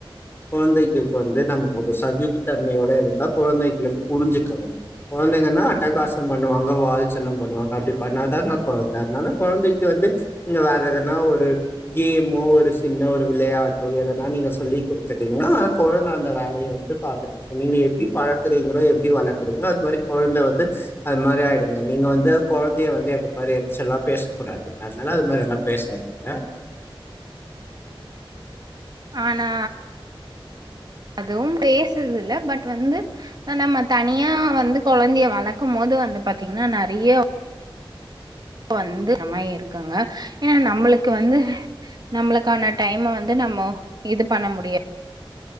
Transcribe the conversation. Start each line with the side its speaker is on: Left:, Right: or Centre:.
Left: குழந்தைகளுக்கு வந்து நம ஒரு சகிப்புதன்மையோட இருந்தா குழந்தைங்கள புரிஞ்சுக்கணு குழந்தைங்கன்னா அட்டகாசம் பண்ணுவாங்க வால் சனம் பண்ணுவாங்க அப்படி பண்ணாதாங்க கொழந்த அதனால கொழந்தைக்கு வந்து நீங்க வேற எதனா ஒரு கேமோ ஒரு சின்ன ஒரு விளையாட்டோ எதனா நீங்க சொல்லிக் குடுத்துட்டீங்கன்னா ஆனா குழந்தை அந்த வேலைய வந்து பாத்துட்டுருக்கு நீங்க எப்பிடி பழக்கறீங்களோ எப்பிடி வளக்குறீங்களோ அது மாதிரி கொழந்தை வந்து அது மாதிரி ஆகிடுங்க நீங்க வந்து கொழந்தைய வந்து எப்ப பாரு எரிச்சலா பேசக் குடாது அதனால அது மாதிரி எல்லா பேசாதீங்க
Right: ஆனா அதுவும் பேசுது இல்ல பட் வந்து நம்ம தனியா வந்து கொழந்தைய வளக்கும் போது வந்து பாத்தீங்கன்னா நறைய வந்து அம்மாயி இருக்காங்க ஏன்னா நம்மளுக்கு வந்து நம்மளுக்கான டைம வந்து நம்ம இது பண்ண முடியா